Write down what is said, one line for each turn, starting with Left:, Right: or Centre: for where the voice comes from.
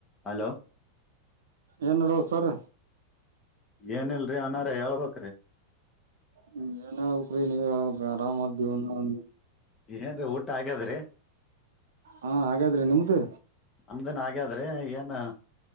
Left: ಹಲೋ
Right: ಏನು ನೋಡೋ ಸರ್
Left: ಏನಲ್ರಿ ಅನಾರ ಹೇಳ್ಬೇಕಕ್್ರಿ
Right: ಹ್ಮ್ ಏನೋಗ್ರ ನೀ ಹೇಳ ಆರಾಮ್ದ ಒ
Left: ಏನ್ೀ ಊಟ ಆಗ್ಯಾದ್ರಿ
Right: ಹಾ ಹಾಗಾದ್ರಿ ನಿಮ್ದು
Left: ನಮ್ದನ್ ಹಾಗಗ್ಯಾದ್ರಿ ಏನ